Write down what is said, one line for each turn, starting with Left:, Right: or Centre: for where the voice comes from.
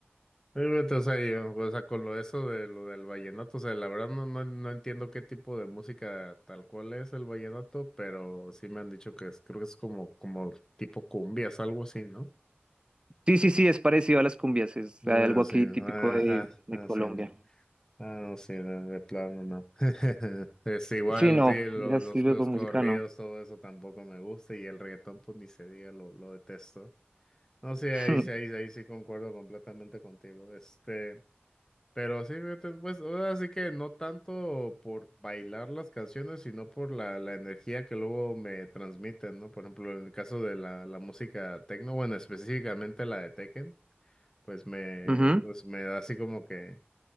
Left: Fíjate, O sea, yo, o sea, con lo eso de lo del vallenato, o sea, la verdad no, no, no entiendo qué tipo de música tal cual es el vallenato, pero sí me han dicho que es, creo que es como, como tipo cumbias, algo así, ¿no?
Right: Sí, sí, sí, es parecido a las cumbias, es
Left: Ah,
Right: algo aquí
Left: sí, ajá,
Right: típico de, de
Left: ah,
Right: Colombia.
Left: sí, no. Ah, no, sí, de, de plano no. <laughs> Es igual,
Right: Sí, no,
Left: sí, los,
Right: es
Left: los,
Right: estilo
Left: los
Right: de música,
Left: corridos,
Right: no.
Left: todo eso tampoco me gusta, y el reggaetón, pues ni se diga, lo, lo detesto. No sé,
Right: <laughs>
Left: ahí sí, ahí, sí, ahí sí concuerdo completamente contigo. Este, pero sí, fíjate, pues, así que no tanto por bailar las canciones, sino por la, la energía que luego me transmiten, ¿no? Por ejemplo, en el caso de la, la música techno, bueno, específicamente la de Tekken, pues me,
Right: Ujú,
Left: pues me da así como que,